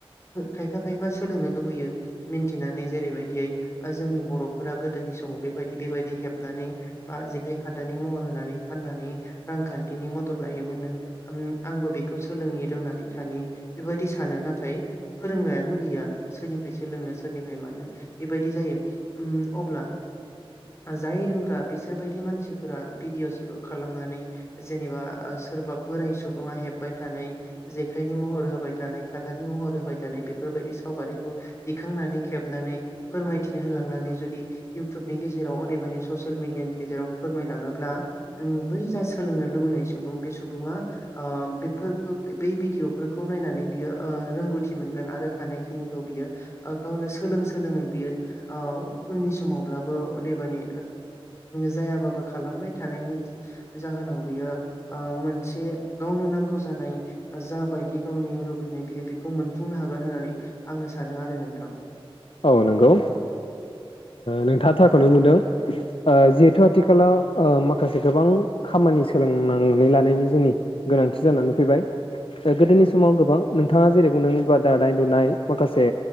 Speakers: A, on the left; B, on the left.
A: खायफा खायफा सोलोंनो लुबैयो मिथिनानै जेरैबायदियै जोंनि बर'फोरा गोदोनि समाव बेबायदि बेबायदि हेबनानै बा जेखाइ खादनानै महर होनानै फाननानै रांखान्थिनि मदद लायोमोनो आंबो बेखौ सोलोंनो रोंनानै थानि बेबायदि सानो नाथाय फोरोंलायानो गैया सोरनिफ्राय सोलोंनो सोरनिफ्राय मानो बेबायदि जायो। उम। अब्ला जाय रोंग्रा बिसोरबायदि मानसिफोरा भिडिअ'स खालामनानै जेनेबा सोरबा बोराय सुबुंआ हेबबाय थानाय जेखायनि महर होबाय थानाय खादानि महर होबाय थानाय बेफोरबायदि सावगारिखौ दिखांनानै खेबनानै फोरमायथिनो हो नानै जुदि इउटुबनि गेजेराव अदेबानि ससियेल मिडियानि गेजेराव फोरमायलाङोब्ला बै जा सोलोंनो लुबैनाय सुबुं बे सुबुङा बेफोरखौ बै भिदिअ'फोरखौ नायनानै बियोओ रोंगौथि मोनगोन आरो हानायखिनिखौ बियो गावनो सोलों सोलोङै बियो औ उननि समावब्लाबो अदेबानि जायाबाबो खालामबाय थानायनि जाहोनाव बियो ओ मोनसे गावनो नांगौ जानाय जााबायदि गावनि लुबैनाय बियो बेखौ मोनफुंनो हागोन होननानै आंङो सानो आरो नोंथां।
B: औ नंगौ। नोंथाङा थाखाखौनो बुंदों जिहेथु आथिखालाव माखासे गोबां खामानि सोलोंनानै लानायनि जोंनि गोनांथि जानानै फैबाय गोदोनि
A: औ
B: समाव गोबां नों नोंथाङा जेरै बुंनोोबा दानाय लुनाय माखासे